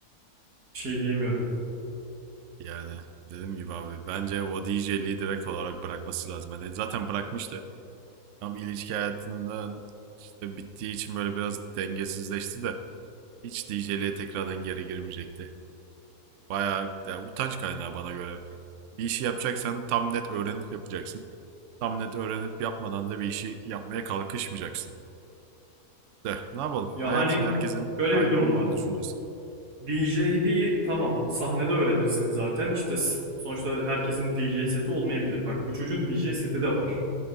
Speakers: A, on the right (about 80°); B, on the right (about 65°).
A: Bir şey diyemiyorum.
B: Yani dediğim gibi abi bence o DJ'liği direkt olarak bırakması lazım. Hani zaten bırakmıştı. Tam ilişki hayatından işte bittiği için böyle biraz dengesizleşti de hiç DJ'liğe tekrardan geri girmeyecekti. Bayağı ya, utanç kaynağı bana göre. Bir işi yapacaksan tam net öğrenip yapacaksın. Tam net öğrenip yapmadan da bir işi yapmaya kalkışmayacaksın. De ne yapalım?
A: Ya
B: Hayat
A: hani
B: herkesin
A: şöyle
B: aynı
A: bir durum
B: olmuyor
A: var.
B: düşüncesi.
A: DJ'liği tamam sahnede öğrenirsiniz zaten. işte sonuçta herkesin DJ seti olmayabilir. Bak bu çocuğun DJ seti de var.